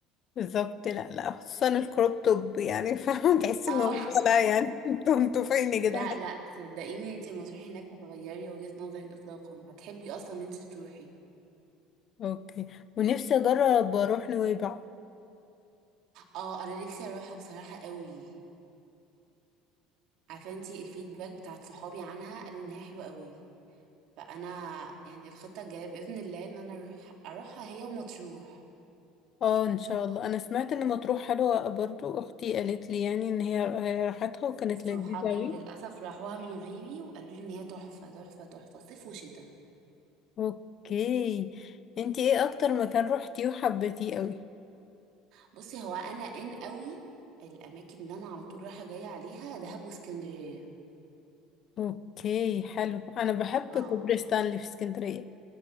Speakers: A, on the left; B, on the right.
A: بالظبط لا لا خصوصا الكروب توب يعني <laughs> فاهمة تحس
B: اه
A: ان هو
B: <laughs>
A: لا يعني <laughs> انتوا انتوا فين يا جدعان
B: لا لا صدقيني انتي لما تروحي هناك هتغيري وجهة نظرك اطلاقا هتحبي اصلا ان انتي تروحي
A: اوكي ونفسي اجرب اروح نويبع
B: اه انا نفسي اروحها بصراحة قوي عارفه انتي الفيدباك بتاعت صحابي عنها قالوا ان هي حلوة قوي فانا يعني الخطة الجاية باذن الله ان انا اروح اروحها هي ومطروح
A: اه ان شاء الله انا سمعت ان مطروح حلوة برضو اختي قالت لي يعني ان هي هي راحتها وكانت
B: صحابي
A: لذيذة اوي
B: للأسف راحوها من غيري وقالوا لي إن هي تحفة تحفة تحفة صيف وشتاء
A: اوكي انتي ايه اكتر مكان روحتيه وحبيتيه اوي
B: بصي هو أنا إن قوي الأماكن اللي أنا على طول رايحة جاية عليها دهب واسكندرية
A: اوكي حلو انا بحب
B: اه
A: كوبري ستانلي في اسكندرية